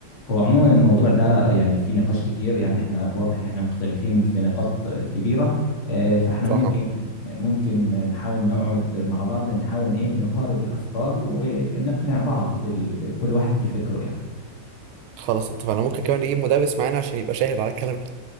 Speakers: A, on the left; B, on the right.
A: هو عموما الموضوع ده يعني في نقاش كتير يعني احنا الواضح ان احنا مختلفين في نقاط كبيره آه، فاحنا
B: صح
A: ممكن ممكن نحاول نقعد مع بعض نحاول ايه نقارب الافكار ونقنع بعض بال... بكل واحد بفكره يعني
B: خلاص اتفقنا ممكن كمان نجيب مدرس معانا عشان يبقى شاهد على الكلام ده